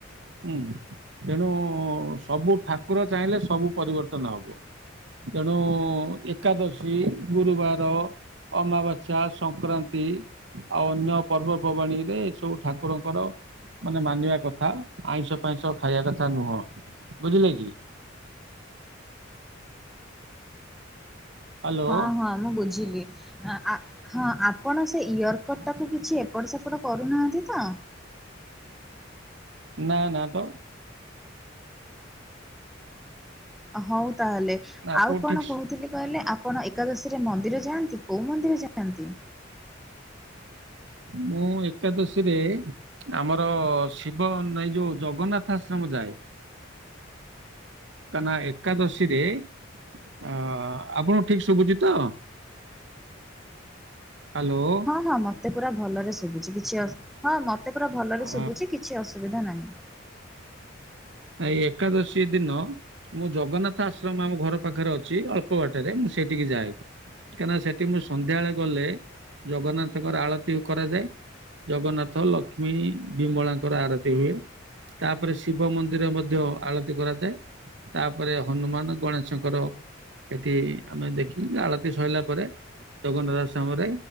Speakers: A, on the right; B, in the centre.
A: ହୁଁ। ତେଣୁ ସବୁ ଠାକୁର ଚାହିଁଲେ ସବୁ ପରିବର୍ତ୍ତନ ହବ। ତେଣୁ ଏକାଦଶୀ, ଗୁରୁବାର ଅମାବାସ୍ୟା, ସଂକ୍ରାନ୍ତି ଆଉ ଅନ୍ୟ ପର୍ବପର୍ବାଣୀରେ ଏ ସବୁ ଠାକୁରଙ୍କର ମାନେ ମାନିବା କଥା, ଆଇଁଷ ଫାଇଁଷ ଖାଇବା କଥା ନୁହଁ। ବୁଝିଲେ କି? ହ୍ୟାଲୋ
B: ହଁ ହଁ ମୁଁ ବୁଝିଲି। ଆଁ ଆ ହଁ ଆ ଆପଣ ସେ ଇୟରକଟ ଟାକୁ କିଛି ଏପଟ ସେପଟ କରୁନାହାନ୍ତି ତ?
A: ନା ନା ତ
B: ହଉ ତାହେଲେ।
A: ଆପଣଙ୍କୁ
B: ଆଉ କଣ
A: ଠିକ
B: କହୁଥିଲି କହିଲେ ଆ ଆପଣ ଏକାଦଶୀରେ ମନ୍ଦିର ଯାଆନ୍ତି? କୋଉ ମନ୍ଦିର ଯାଆନ୍ତି?
A: ମୁଁ ଏକାଦଶୀରେ ଆମର ଶିବ ନଈ ଯୋଉ ଜଗନ୍ନାଥ ଆଶ୍ରମ ଯାଏ। କାଇଁ ନା ଏକାଦଶୀରେ ଅ ଆପଣ ଙ୍କୁ ଠିକ ଶୁଭୁଛି ତ? ହ୍ୟାଲୋ।
B: ହଁ ହଁ ମତେ ପୁରା ଭଲରେ ଶୁଭୁଛି କିଛି ଅସ, ହଁ ମତେ ପୁରା ଭଲରେ
A: ଅ
B: ଶୁଭୁଛି କିଛି ଅସୁବିଧା ନାହିଁ।
A: ଏଇ ଏକାଦଶୀ ଦିିନ ମୁଁ ଜଗନ୍ନାଥ ଆଶ୍ରମ ଆମ ଘର ପାଖରେ ଅଛି, ଅଳ୍ପ ବାଟରେ ମୁଁ ସେଇଠିକି ଯାଏ। କାଇଁନା ସେଠି ମୁଁ ସନ୍ଧ୍ୟାବେଳେ ଗଲେ ଜଗନ୍ନାଥଙ୍କର ଆଳତି କରାଯାଏ। ଜଗନ୍ନାଥ, ଲକ୍ଷ୍ମୀ, ବିମଳାଙ୍କର ଆରତି ହୁଏ। ତାପରେ ଶିବ ମନ୍ଦ ନ୍ଦିର ମଧ୍ୟ ଆଳତି କରାଯାଏ। ତାପରେ ହନୁମାନ, ଗଣେଶଙ୍କର ସେଠି ଆମେ ଦେଖି, ଆଳତି ସଇଲା ପରେ ଜଗନ୍ନା <unintelligible> ସମ ରେ